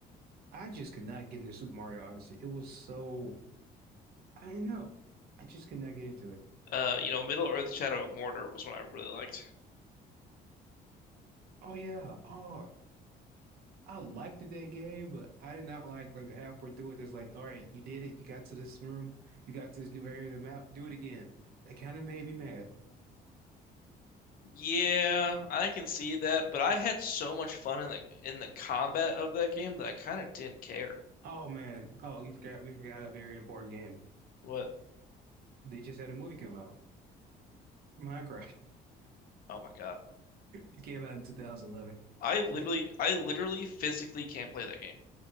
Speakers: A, on the right (about 65°); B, on the left (about 60°).
A: I just could not get into Super Mario Odyssey. It was so, I don't know. I just could not get into it.
B: Uh, you know, Middle Earth: Shadow of Mordor was one I really liked.
A: Oh yeah. Oh, I liked the dead game, but I did not like like halfway through it. It's like, all right, you did it. You got to this room. You got to this new area of the map. Do it again. That kind of made me mad.
B: Yeah, I can see that, but I had so much fun in the in the combat of that game that I kind of didn't care.
A: Oh man. Oh, we forgot. We forgot a very important game.
B: What?
A: They just had a movie come out. Minecraft. <laughs>
B: Oh my God.
A: It came out in 2011.
B: I literally
A: So it,
B: I literally physically can't play that game.